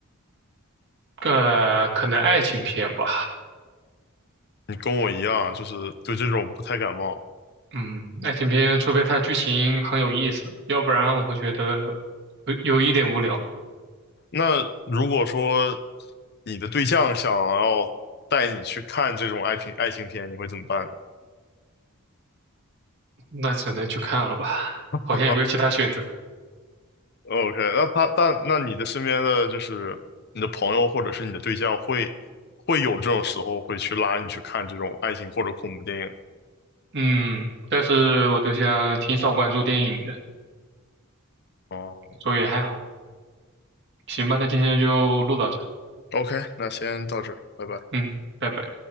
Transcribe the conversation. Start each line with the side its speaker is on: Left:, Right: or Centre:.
Right: 呃，可能爱情片吧。
Left: 你跟我一样，就是对这种不太感冒。
Right: 嗯，爱情片，除非它剧情很有意思，要不然我会觉得有有一点无聊，
Left: 那如果说你的对象想要带你去看这种爱情爱情片，你会怎么办呢
Right: 那只能去看了吧。
Left: <laughs>
Right: 好像也没有其他选择。
Left: ？OK，那他但那你的身边的就是你的朋友或者是你的对象会会有这种时候会去拉你去看这种爱情或者恐怖电影
Right: 嗯，但是我对象挺少关注电影的，
Left: 哦。
Right: 所以还好。行吧，那今天就录到这。
Left: OK，那先到这儿，拜拜。
Right: 嗯，拜拜。